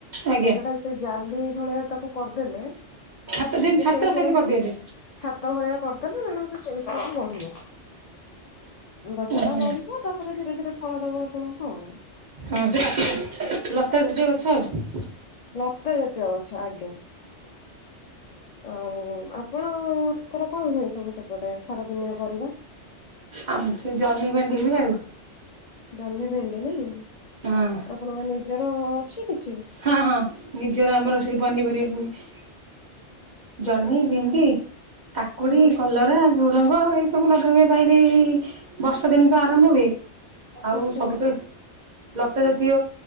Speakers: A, on the right; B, on the left.
A: ଆଜ୍ଞା
B: ତ ସେଇଟା ସେ ଜାଲି ଭଳିଆ ତାକୁ କରିଦେଲେ
A: ଛାତ ଯେମିତି
B: ସେ
A: ଛାତ
B: ସେଇଥିରେ
A: ସେମିତି କରିଦିଅନ୍ତି।
B: ହିଁ ଛାତ ଭଳିଆ କରିଦେଲେ ମ୍ୟାଡାମ ସେ ସେଇଥିରେ ହିଁ ବଢିବ। ଗଛ
A: ଓହୋ
B: ଟା ବଢିବ ତାପରେ ଧୀରେ ଧୀରେ ଫଳ ଦବ ଆପଣଙ୍କୁ ଆଉ।
A: ହଁ ସେ ଲ ଲତା ଲତା ଜାତୀୟ ଗଛ ଆଉ।
B: ଲତା ଜାତୀୟ ଗଛ ଆଜ୍ଞା। ଆଉ ଆପଣଙ୍କର କଣ ହୁଏ ସବୁ ସେପଟେ ଖରା ଦିନିଆ ପରିବା?
A: ଆଉ ସେ ଜହ୍ନି ଭେଣ୍ଡି ହୁଏ ଆଉ।
B: ଜହ୍ନି ଭେଣ୍ଡି ନାଇଁ
A: ହଁ
B: ଆପଣଙ୍କ ନିଜର ଅଛି କିଛି?
A: ହଁ ହଁ ନିଜର ଆମର ସେ ପନିପରିବା ହୁଏ। ଜହ୍ନି,
B: ଆଚ୍ଛା
A: ଭେଣ୍ଡି, କାକୁଡି,
B: ହୁଁ
A: କଲରା। ଝୁଡଙ୍ଗ ଏଇ ସବୁ ଲଗା ହୁଏ ବାରିରେ ଏଇ ବର୍ଷ ଦିନ ତ ଆରମ୍ଭ ହୁଏ। ଆଉ
B: ଆଚ୍ଛା
A: ସବୁ ତ ଲତା ଜାତୀୟ